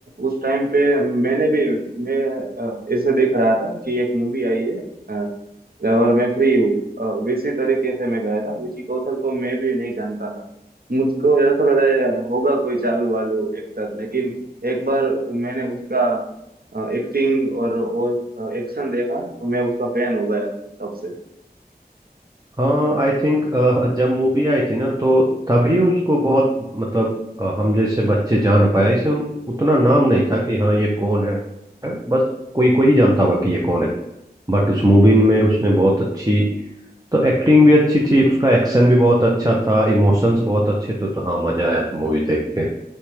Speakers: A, on the right; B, on the right.
A: उस टाइम पे मैंने भी मैं अ, ऐसे देख रहा था कि एक मूवी आई है अ, और मैं फ्री हूँ अ, वैसे तरीके से मैं गया था विकी कौशल को मैं भी नहीं जानता था मुझको ऐसा लगा ये होगा कोई चालू वालू एक्टर लेकिन एक बार मैंने उसका एक्टिंग और वो एक्शन देखा तो मैं उसका फैन हो गया तब से
B: हाँ आई थिंक जब मूवी आई थी ना तो तभी उसको बहुत मतलब अ, हम जैसे बच्चे जान पाए इसे उन, उतना नाम नहीं था कि हाँ ये कौन है बस कोई कोई ही जानता होगा कि ये कौन है बट उस मूवी में उसने बहुत अच्छी तो एक्टिंग भी अच्छी थी उसका एक्शन भी बहुत अच्छा था इमोशंस बहुत अच्छे थे तो हाँ मजा आया था मूवी देख के